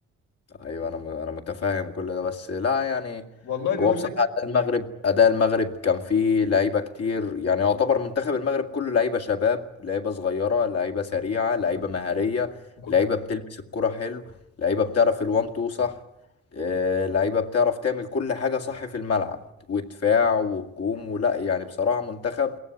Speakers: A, on the left; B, on the left.
A: ايوه انا م- انا متفاهم كل ده بس لا يعني
B: والله بيقول
A: هو بصراحه
B: لك
A: اداء المغرب اداء المغرب كان فيه لعيبه كتير يعني يعتبر منتخب المغرب كله لعيبه شباب لعيبه صغيره لعيبه سريعه لعيبه مهاريه
B: وك-
A: لعيبه بتلمس الكره حلو لعيبه بتعرف الوان تو صح آه، لعيبه بتعرف تعمل كل حاجه صح في الملعب ودفاع وهجوم ولا يعني بصراحه منتخب